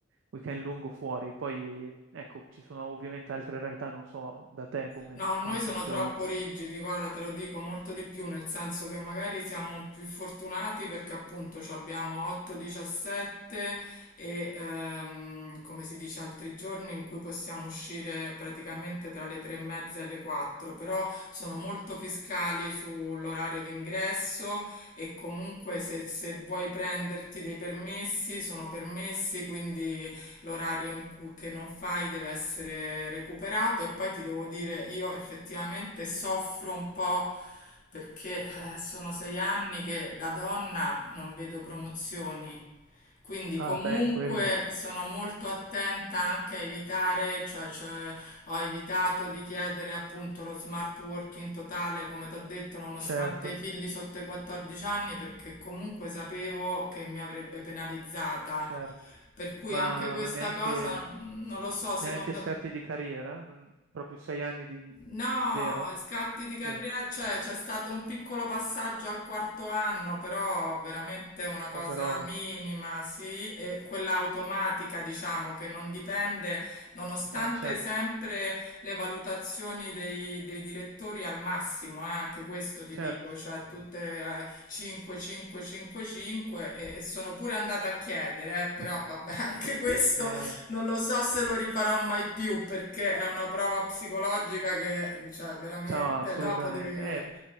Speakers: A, on the right (about 75°); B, on the left (about 45°).
A: weekend lungo fuori. Poi, ecco, ci sono ovviamente altre realtà, non so da te come,
B: No, a noi
A: come
B: sono
A: funziona.
B: troppo rigidi, guarda, te lo dico molto di più, nel senso che magari siamo più fortunati perché appunto ci abbiamo 8-17 e ehm, come si dice altri giorni in cui possiamo uscire praticamente tra le 3 e mezza e le 4, però sono molto fiscali sull'orario d'ingresso e comunque se, se vuoi prenderti dei permessi sono permessi, quindi l'orario in cui, che non fai deve essere recuperato e poi ti devo dire, io effettivamente soffro un po' perché eh, sono sei anni che da donna non vedo promozioni. Quindi
A: Ah,
B: comunque
A: beh, quello,
B: sono molto attenta anche a evitare, cioè, cioè, ho evitato di chiedere appunto lo smart working totale, come ti ho detto, nonostante
A: certo,
B: i figli sotto i 14 anni, perché comunque sapevo che mi avrebbe penalizzata
A: certo.
B: per cui
A: Ma,
B: anche questa
A: ma neanche,
B: cosa, mm, non lo so, secondo...
A: neanche scatti di carriera? Non- Proprio sei anni di
B: No,
A: zero?
B: scatti di carriera,
A: Zero,
B: cioè c'è stato un piccolo passaggio al quarto anno, però veramente una cosa
A: poca roba.
B: minima, sì, e quella automatica, diciamo, che non dipende, nonostante
A: Eh, certo,
B: sempre le valutazioni dei, dei direttori al massimo, eh, anche questo ti
A: certo.
B: dico, cioè tutte eh, 5, 5, 5, 5 e, e sono pure andata a chiedere, eh, però
A: <laughs>
B: vabbè, <laughs> anche questo
A: Eh.
B: non lo so se lo rifarò mai più perché è una prova psicologica che, cioè, veramente
A: Ciao, assolutamente.
B: dopo devi.
A: Eh,